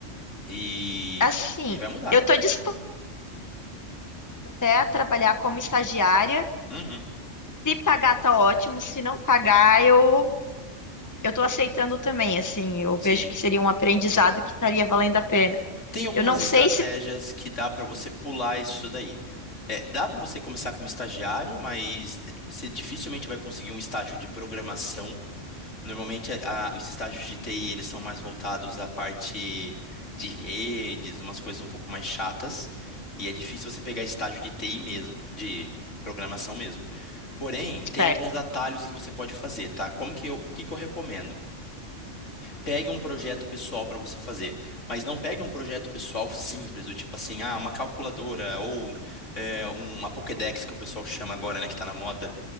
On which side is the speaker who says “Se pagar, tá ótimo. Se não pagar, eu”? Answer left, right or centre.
Left